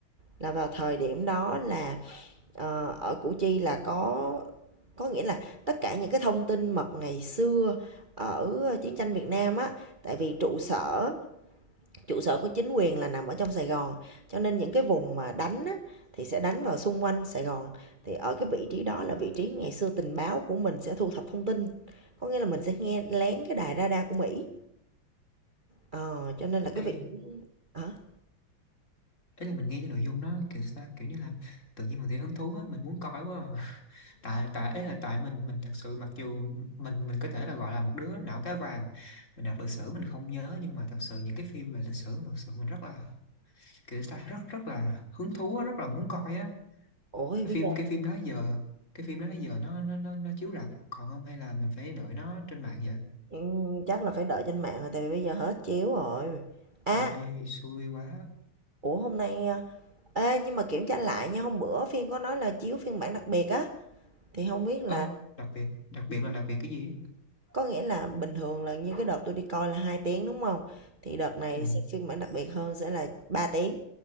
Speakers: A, on the right; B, on the left.
A: là vào thời điểm đó là, ờ, ở Củ Chi là có có nghĩa là tất cả những cái thông tin mật ngày xưa ở chiến tranh Việt Nam á, tại vì trụ sở trụ sở của chính quyền là nằm ở trong Sài Gòn, cho nên những cái vùng mà đánh á, thì sẽ đánh vào xung quanh Sài Gòn. Thì ở cái vị trí đó là vị trí ngày xưa tình báo của mình sẽ thu thập thông tin, có nghĩa là mình sẽ nghe lén cái đài radar của Mỹ. Ờ, cho nên là
B: ấy
A: cái vị trí hả?
B: Ý là mình nghe cái nội dung đó kiểu sao ta, kiểu như là tự nhiên mình thấy hứng thú á mình muốn coi quá à. <laughs> tại tại ấy là tại mình mình thật sự mặc dù mình mình có thể là gọi là một đứa não cá vàng mình đọc lịch sử mình không nhớ nhưng mà thật sự những cái phim về lịch sử thật sự mình rất là kiểu sao ta, rất rất là hứng thú á, rất là muốn coi á
A: Ủa,
B: cái
A: bây
B: phim
A: giờ
B: cái phim đó giờ cái phim đó đó giờ nó nó nó, nó chiếu rạp còn không hay là mình phải đợi nó trên mạng vậy
A: Ừm, chắc là phải đợi trên mạng rồi tại vì bây giờ hết chiếu rồi. À,
B: ui xui quá
A: ủa hôm nay à, ê nhưng mà kiểm tra lại nha, hôm bữa phim có nói là chiếu phiên bản đặc biệt á thì không biết là
B: ơ đặc biệt đặc biệt là đặc biệt cái gì
A: có nghĩa là bình thường là như cái đợt tôi đi coi là 2 tiếng đúng không? Thì đợt này
B: ừ
A: sẽ phiên bản đặc biệt hơn sẽ là 3 tiếng.